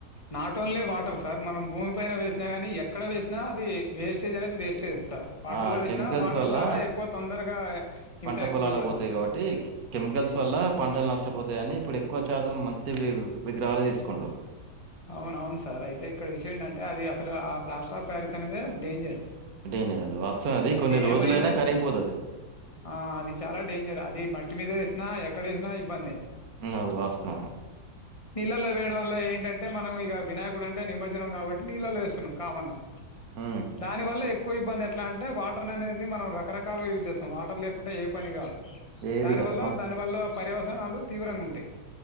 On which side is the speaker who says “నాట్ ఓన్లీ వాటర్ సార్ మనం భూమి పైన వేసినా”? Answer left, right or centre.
Left